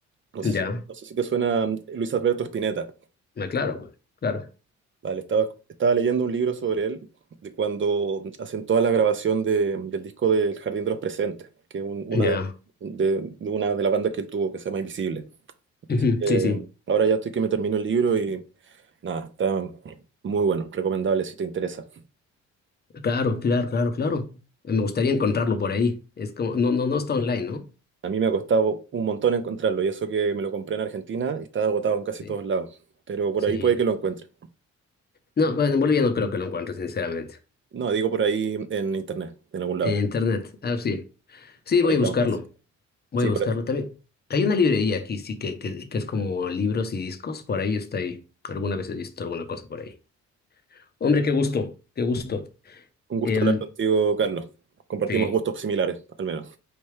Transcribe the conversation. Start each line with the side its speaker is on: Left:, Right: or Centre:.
Right: No
Left: Ya,
Right: sé si, no sé si te suena mm, Luis Alberto Spinetta.
Left: ah, claro, güey, claro.
Right: Vale, estaba, estaba leyendo un libro sobre él, de cuando hacen toda la grabación de- del disco del Jardín de los Presentes, que es un- una
Left: Ya,
Right: de, de- de una de las bandas que él tuvo, que se llama Invisible.
Left: Ujú,
Right: Eh,
Left: sí, sí,
Right: ahora ya estoy que me termino el libro y nada, está muy bueno, recomendable si te interesa.
Left: claro, claro, claro, claro. Me gustaría encontrarlo por ahí. Es como, no, no, no está online, ¿no?
Right: A mí me ha costado un montón encontrarlo, y eso que me lo compré en Argentina y está agotado en casi
Left: Sí,
Right: todos lados, pero por
Left: sí.
Right: ahí puede que lo encuentre.
Left: No, bueno, en Bolivia no creo que lo encuentre, sinceramente.
Right: No, digo por ahí en internet, en algún lado,
Left: En internet, ah, sí. Sí,
Right: por
Left: voy
Right: ahí está
Left: a buscarlo.
Right: más fácil.
Left: Voy
Right: Sí,
Left: a buscarlo
Right: por
Left: también. Hay una librería aquí, sí, que, que, que es como libros y discos. Por ahí está ahí. Alguna vez he visto alguna cosa por ahí. Hombre, qué gusto, qué gusto.
Right: Un gusto
Left: Em,
Right: hablar contigo, Carlos. Compartimos
Left: sí,
Right: gustos similares, al menos.